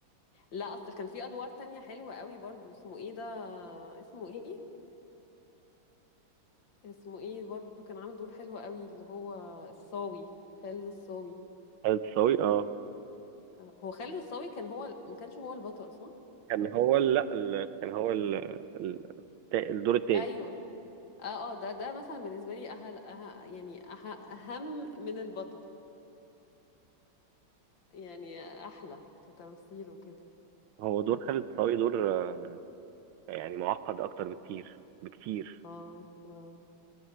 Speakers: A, on the left; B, on the right.
A: لا اصل كان في ادوار تانية حلوة قوي برضو اسمه ايه ده اسمه ايه اسمه ايه برضو كان عامل دور حلو قوي اللي هو الصاوي خالد الصاوي
B: خالد صاوي اه
A: آه، هو خالد الصاوي كان هو ال- ما كانش هو البطل صح
B: كان هو ال... لا ال... كان هو ال... ال... التا- الدور التاني
A: ايوه اه اه ده ده مثلا بالنسبة لي أهل أه يعني أه أهم من البطل يعني أحلى كتمثيل وكده
B: هو دور خالد صاوي دور آه، يعني معقد اكتر بكتير بكتير
A: اه اه